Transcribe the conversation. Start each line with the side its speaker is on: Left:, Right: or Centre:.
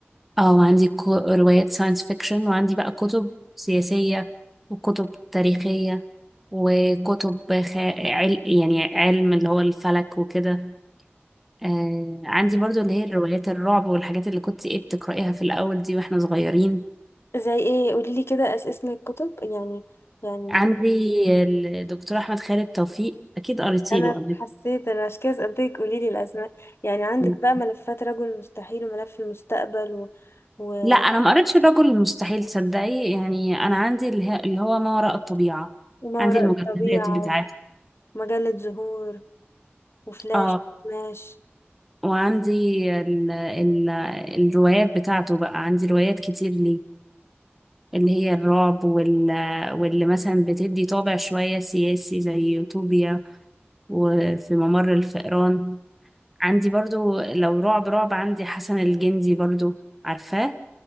Centre: اه وعندي كو- روايات ساينس فيكشن وعندي بقى كتب سياسية وكتب تاريخية وكتب خ... عل... يعني علم اللي هو الفلك وكده آه عندي برضو اللي هي الروايات الرعب والحاجات اللي كنت ايه بتقرأيها في الأول دي واحنا صغيرين
Left: زي ايه قولي لي كده أس- اسم الكتب يعني يعني
Centre: عندي الدكتور أحمد خالد توفيق أكيد قريتي
Left: انا
Centre: له قبل
Left: حسيت انا عشان كده سألتك قولي لي الاسماء يعني عندك
Centre: كده.
Left: بقى ملفات رجل المستحيل وملف المستقبل و... و...
Centre: لا أنا ما قريتش الرجل المستحيل تصدقي يعني أنا عندي اللي هي- اللي هو ما وراء الطبيعة
Left: وما
Centre: عندي
Left: وراء
Centre: المجلدات
Left: الطبيعة
Centre: بتاعتها
Left: ومجلة زهور وفلاش
Centre: اه
Left: ماش
Centre: وعندي ال ال الروايات بتاعته بقى عندي روايات كتير ليه اللي هي الرعب وال واللي مثلا بتدي طابع شوية سياسي زي يوتوبيا وفي ممر الفئران عندي برضو لو رعب رعب عندي حسن الجندي برضو عارفاه